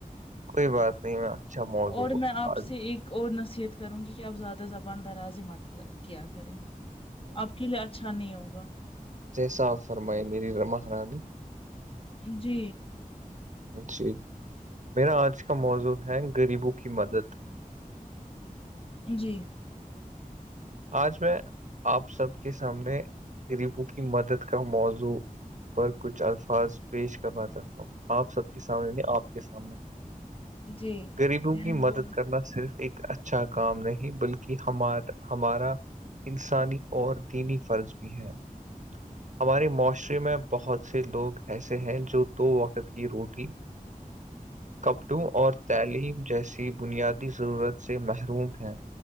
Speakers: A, on the right; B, on the left.
A: کوئی بات نہیں میں اچھا موضوع
B: اور
A: پر
B: میں آپ
A: آج
B: سے ایک اور نصیحت کروں گی کہ آپ زیادہ زبان درازی مت کیا کریں آپ کے لیے اچھا نہیں ہوگا
A: جیسا فرمائی میری رمح رانی
B: جی
A: جی میرا آج کا موضوع ہے غریبوں کی مدد
B: جی
A: آج میں آپ سب کے سامنے غریبوں کی مدد کا موضوع پر کچھ الفاظ پیش کرنا چاہتا ہوں آپ سب کے سامنے میں آپ کے سامنے <inaudible>
B: جی
A: غریبوں کی مدد
B: بولی
A: کرنا صرف ایک اچھا کام نہیں بلکہ ہمار ہمارا انسانی اور دینی فرض بھی ہے ہمارے معاشرے میں بہت سے لوگ ایسے ہیں جو دو وقت کی روٹی
B: <inaudible>
A: کپڑوں اور تعلیم جیسی بنیادی ضرورت سے محروم ہیں